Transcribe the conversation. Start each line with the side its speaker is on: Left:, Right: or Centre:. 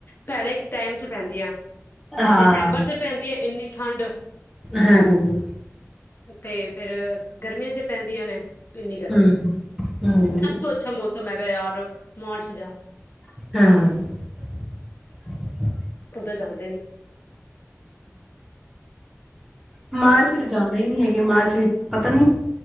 Left: ਭੈੜੇ ਟਾਈਮ ਚ ਪੈਂਦੀ ਆ
Centre: ਹਾਂ
Left: ਦਸੰਬਰ ਚ ਪੈਂਦੀ ਹੈ ਇੰਨੀ ਠੰਡ
Centre: ਹਾਂ ਹਮ
Left: ਤੇ ਫੇਿਰ ਗਰਮੀਆਂ ਚ ਪੈਂਦੀਆਂ ਨੇ ਇੰਨੀ ਗਰਮੀ
Centre: ਹਮ ਹਮ
Left: ਸਭ ਤੋਂ ਅੱਛਾ ਮੌਸਮ ਹੈਗਾ ਯਾਰ <unintelligible> <unintelligible>
Centre: ਹਾਂ
Left: ਉਦ ਜਾਂਦੇ ਨੀ
Centre: ਮਾਰਚ
Left: ਚਲੋ
Centre: ਚ ਜਾਂਦੇ ਹੀ ਨਹੀਂੀ ਹੈਗੇ ਮਾਰਚ ਪਤਾ ਨੀ